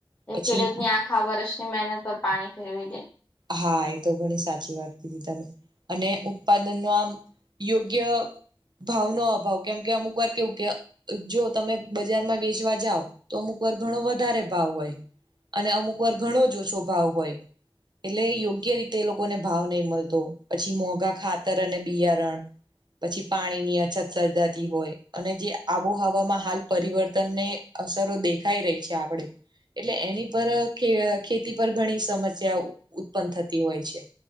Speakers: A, on the left; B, on the right.
A: એ
B: પછી
A: ખેડુતની આખા વર્ષની મહેનત પર પાણી ફેરવી દે.
B: હા. એ તો ઘણી સાચી વાત કીધી તમે. અને ઉત્પાદનનું આમ યોગ્ય ભાવનો અભાવ કેમ કે અમુકવાર કેવું કે એક જો તમે બજારમાં વેચવા જાવ તો અમુક વાર ઘણો વધારે ભાવ હોય અને અમુક વાર ઘણો જ ઓછો ભાવ હોય એટલે એ યોગ્ય રીતે એ લોકોને ભાવ નહી મળતો. પછી મોંઘા ખાતર અને બિયારણ પછી પાણીની અ અછત સર્જાતી હોય અને જે આબોહવામાં હાલ પરિવર્તનને અસરો દે ખાઈ રહી છે આપણે એટલે એની પર ખે ખેતી પર ઘણી સમસ્યા ઉત્પન્ન થતી હોય છે.